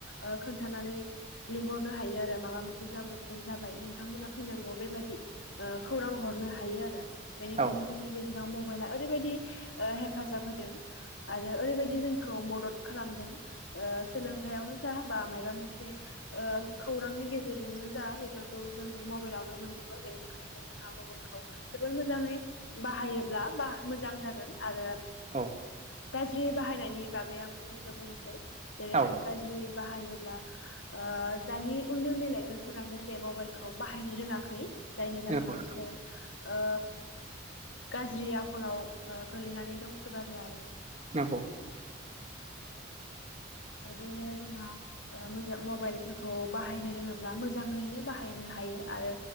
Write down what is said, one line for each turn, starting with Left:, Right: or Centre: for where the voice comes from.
Left: ओ खोन्थानानै लिंहरनो हायो आरो माबा मोनसे जाब्रबथाय जाबाय, नोंथांमोना फैनांगौ बेबायदि खौरां हरनो हायो आरो बेनिखायनो
Right: औ
Left: जोंनि गेजेराव मबाइल आ ओरैबायदि ओ हेफाजाब होदों। आरो ओरैबायदि जोंखौ मदद खालामदों ओ सोलोंथाइआवनो जा बा माबा मोन से ओ खौरांनि गेजेरजोंनो जा बेफोरखौ जों मबाइल आवनो मोनजोबो बेनि थाखायनो जों मबाइल खौ जोबोर मोजाङै बाहायो। <unintelligible> मोजां जागोन आरो
Right: औ
Left: गाज्रि बाहायनायनि बागै आं फंनैसो बुंनोसै, जेरैहाय
Right: औ
Left: गाज्रि बाहायोब्ला ओ दानि उन्दै-उन्दै लाइमोनफोरानो बे मबाइलखौ बाहायनो रोङाखै। जायनि जाहोनाव
Right: नंगौ नोंथां
Left: बिसोर ओ गाज्रि आखलाव ओ गोलैनानै दंसोगारो आरो।
Right: <unintelligible>
Left: बेदिनो जोंहा ओ <unintelligible> मबाइलफोरखौ बाहायनो रोङोब्ला मोजाङैनो बाहायनो हायो आरो